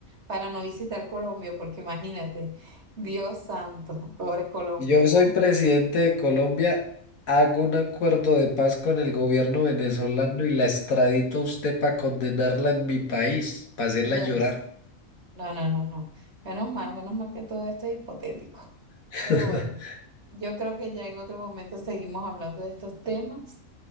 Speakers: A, on the right; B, on the left.
A: para no visitar Colombia, porque imagínate, Dios santo, pobre Colombia,
B: y yo soy presidente de Colombia, hago un acuerdo de paz con el gobierno venezolano y la extradito a usted para condenarla en mi país, para hacerla
A: Dios.
B: llorar.
A: No, no, no, no. Menos mal, menos mal que todo esto es hipotético.
B: <laughs>
A: Pero bueno, yo creo que ya en otro momento seguimos hablando de estos temas.